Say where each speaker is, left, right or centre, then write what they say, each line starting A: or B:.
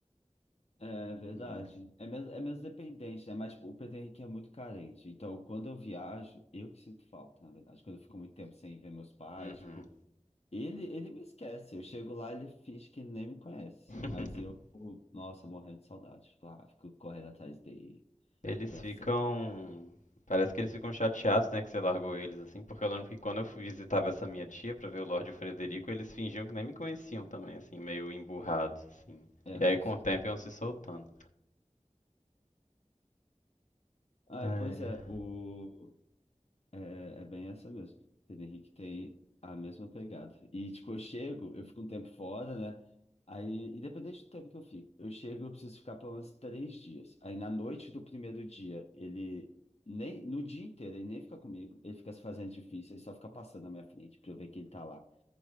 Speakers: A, on the left; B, on the left.
A: É verdade.
B: Mas.
A: É menos, é menos dependente, né? Mas tipo, o Pedro Henrique é muito carente. Então, quando eu viajo, eu que sinto falta, na verdade. Quando eu fico muito tempo sem ver meus pais,
B: Uhum.
A: tipo, ele, ele me esquece. Eu chego lá, ele finge que nem me conhece.
B: <laughs>
A: Mas eu, tipo, nossa, morrendo de saudade. Fico lá, fico correndo atrás dele,
B: Eles
A: abraçando.
B: ficam. Parece que eles ficam chateados, né, que você largou eles, assim, porque eu lembro que quando eu fui- visitava essa minha tia pra ver o Lorde e o Frederico, eles fingiam que nem me conheciam também, assim, meio emburrados, assim.
A: É,
B: E
A: com
B: aí com
A: certeza.
B: o tempo iam se soltando.
A: Ah,
B: Ah,
A: pois
B: é.
A: é, o... É, é bem essa mesmo. Pedro Henrique tem a mesma pegada. E, tipo, eu chego, eu fico um tempo fora, né? Aí, independente do tempo que eu fico, eu chego, eu preciso ficar pelo menos três dias. Aí, na noite do primeiro dia, ele nem, no dia inteiro, ele nem fica comigo, ele fica se fazendo difícil, ele só fica passando na minha frente pra eu ver que ele tá lá.